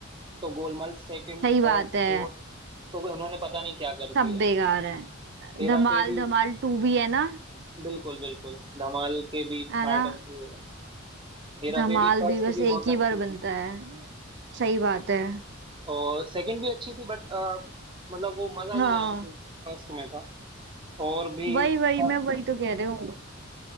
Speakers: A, on the right; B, on the right.
A: तो गोलमाल सेकंड
B: सही बात
A: थर्ड फोर्थ
B: है
A: तो उन्होंने पता नहीं क्या कर
B: सब
A: दिया
B: बेकार है
A: हेरा
B: धमाल
A: फेरी
B: धमाल टू भी है ना
A: बिल्कुल बिल्कुल धमाल के भी
B: है
A: पार्ट
B: ना
A: ऐसे ही हो गए हेरा
B: धमाल
A: फेरी फर्स्ट
B: भी बस
A: भी बहुत
B: एक ही बार
A: अच्छी थी
B: बनता है सही बात है
A: और सेकंड भी अच्छी थी बट मतलब वो मजा
B: हाँ
A: नहीं आया जो फर्स्ट में था और भी
B: वही वही
A: हाँ,
B: मैं वही तो कह रही हूँ